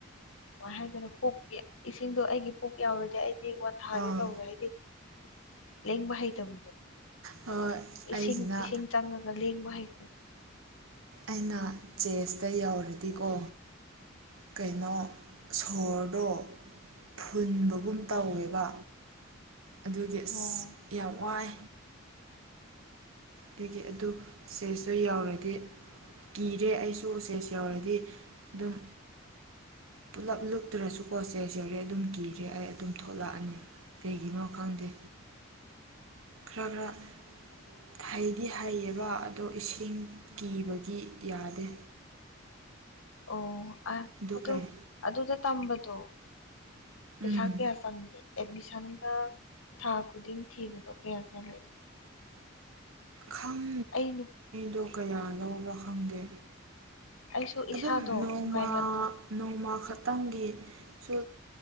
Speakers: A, on the left; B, on the right.
A: ꯀꯃꯥꯏꯅ ꯍꯥꯏꯗꯣꯏꯅꯣ ꯄꯨꯛ ꯏꯁꯤꯡꯗꯣ ꯑꯩꯒꯤ ꯄꯨꯛ ꯌꯥꯎꯔꯗꯤ ꯑꯩ ꯗꯤ ꯋꯥꯟꯊꯥꯒꯦ
B: ꯑꯥ
A: ꯇꯧꯔꯦ ꯍꯥꯏꯗꯤ ꯂꯦꯡꯕ ꯍꯩꯇꯕꯗꯣ
B: ꯍꯣꯏ
A: ꯏꯁꯤꯡ
B: ꯑꯩꯁꯤꯅ
A: ꯏꯁꯤꯡ ꯆꯪꯉꯒ ꯂꯦꯡꯕ ꯍꯩꯇꯕꯦ
B: ꯑꯩꯅ ꯆꯦꯁꯇ ꯌꯧꯔꯗꯤꯀꯣ ꯀꯩꯅꯣ ꯁꯣꯔꯗꯣ ꯐꯨꯟꯕꯒꯨꯝ ꯇꯧꯋꯦꯕ ꯑꯗꯨꯒꯤ ꯑꯁ
A: ꯑꯣ
B: ꯌꯥꯝ ꯋꯥꯏ ꯑꯗꯒꯤ ꯑꯗꯨ ꯆꯦꯁꯇ ꯌꯥꯎꯔꯗꯤ ꯀꯤꯔꯦ ꯑꯩꯁꯨ ꯎꯆ ꯎꯆꯦꯁ ꯌꯧꯔꯗꯤ ꯑꯗꯨꯝ ꯄꯨꯂꯞ ꯂꯨꯞꯇ꯭ꯔꯁꯨꯀꯣ ꯆꯩꯦꯁꯧꯔꯦ ꯑꯗꯨꯝ ꯀꯤꯔꯦ ꯑꯩ ꯑꯗꯨꯝ ꯊꯣꯛꯂꯛꯑꯅꯤ ꯀꯩꯒꯤꯅꯣ ꯈꯪꯗꯦ ꯈꯔ ꯈꯔ ꯍꯩꯗꯤ ꯍꯩꯌꯦꯕ ꯑꯗꯣ ꯏꯁꯤꯡ ꯀꯤꯕꯒꯤ ꯌꯥꯗꯦ
A: ꯑꯣ ꯑ
B: ꯑꯗꯨ
A: ꯑ
B: ꯀꯩ
A: ꯑꯗꯨꯗ ꯇꯝꯕꯗꯣ ꯄꯩꯁꯥ
B: ꯎꯝ
A: ꯀꯌꯥ ꯆꯪꯒꯦ ꯑꯦꯠꯃꯤꯁꯟꯒ ꯊꯥ ꯈꯨꯗꯤꯡ ꯊꯤꯕꯗꯣ ꯀꯌꯥ ꯃ
B: ꯈꯪ
A: ꯑꯩꯅ
B: ꯑꯗꯨ ꯀꯌꯥ ꯂꯧꯕ꯭ꯔꯥ ꯈꯪꯗꯦ
A: ꯑꯩꯁꯨ
B: ꯑꯗꯨꯝ
A: ꯏꯁꯥꯗꯣ
B: ꯅꯣꯡꯃ
A: ꯅꯨꯡꯉꯥꯏꯃꯟ
B: ꯅꯣꯡꯃ ꯈꯛꯇꯪꯒꯤ ꯁ